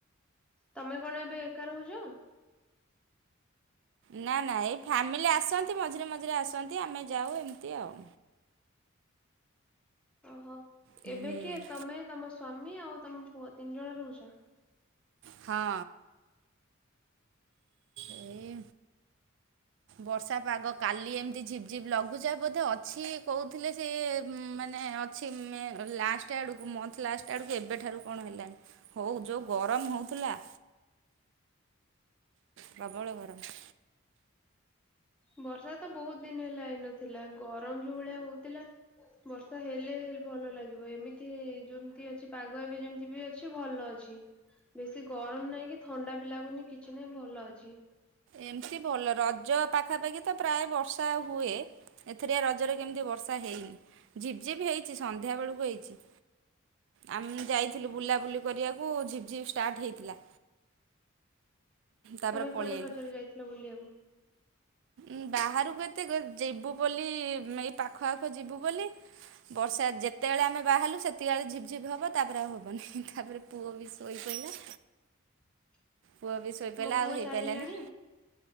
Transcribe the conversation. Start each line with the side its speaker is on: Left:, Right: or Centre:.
Centre: ତମେ କଣ ଏବେ ଏକା ରହୁଚ?
Right: ନା ନା ଏଇ ଫ୍ୟାମିଲି ଆସନ୍ତି ମଝିରେ ମଝିରେ ଆସନ୍ତି ଆମେ ଯାଉ ଏମିତି ଆଉ।
Centre: ଓହୋ
Right: ହୁଁ
Centre: ଏବେ କିଏ ତମେ ତମ ସ୍ଵାମୀ ଆଉ ତମ ପୁଅ ତିନି ଜଣ ରହୁଚ?
Right: ହଁ। ଏଇ ବର୍ଷା ପାଗ କାଲି ଏମିତି ଝିପ୍ ଝିପ୍ ଲଘୁଚାପ ବୋଧେ ଅଛି କହୁଥିଲେ ସେ ମାନେ ଅଛି ମେ ଲାଷ୍ଟ ଆଡ଼କୁ ମନ୍ଥ ଲାଷ୍ଟ ଆଡ଼କୁ ଏବେଠାରୁ କଣ ହେଲାଣି। ହଉ ଯଉଁ ଗରମ ହେଉଥିଲା ପ୍ରବଳ ଗରମ।
Centre: ବର୍ଷାତ ବହୁତ୍ ଦିନି ହେଲା ହେଇନଥିଲା ଗରମ ଯୋଉ ଭଳିଆ ହଉଥିଲା ବର୍ଷା ହେଲେ ହେ ଭଲ ଲାଗିବ ଏମିତି ଯେମିତି ଅଛି ପାଗ ଏବେ ଯେମିତିବି ଅ କିଛି ଭଲ ଅଛି ବେଶୀ ଗରମ ନାଇଁ କି ଥଣ୍ଡାବି ଲାଗୁନି କିଛି ନାଇଁ ଭଲ ଅଛି।
Right: ଏମିତି ଭଲ ରଜ ପାଖାପାଖିତ ପ୍ରାୟ ବର୍ଷା ହୁଏ ଏଥିରେ ରଜରେ କେମିତି ବର୍ଷା ହେଇନି। ଝିପ୍ ଝିପ୍ ହେଇଚି ସଂଧ୍ୟା ବେଳକୁ ହେଇଚି। ଆମେ ଯାଇଥିଲୁ ବୁଲାବୁଲି କରିବାକୁ ଝିପ୍ ଝିପ୍ ଷ୍ଟାର୍ଟ ହେଇଥିଲା। ତାପରେ
Centre: ତମେ
Right: ପଳେଇଆଇଲୁ
Centre: କୁଆଡ଼େ ରଜରେ ଯାଇଥିଲ ବୁଲିବାକୁ?
Right: ଉ ବାହାରକୁ ଏତେ ଯିବୁ ବୋଲି ଏଇ ପାଖ ଆଖ ଯିବୁ ବୋଲି ବର୍ଷା ଯେତେବେଳେ ଆମେ ବାହାରିଲୁ ସେତିକି ବେଳେ ଝିପ୍ ଝିପ୍ ହବ ତାପରେ ଆଉ ହବନି ତାପରେ ପୁଅବି ଶୋଇପଇଲା
Centre: <inaudible>
Right: ପୁଅବି ଶୋଇ
Centre: ତୁମ
Right: ପଇଲା
Centre: ପୁଅ
Right: ଆଉ ହେଇ
Centre: ଚାଲିଲାଣି
Right: ପାଇଲାନି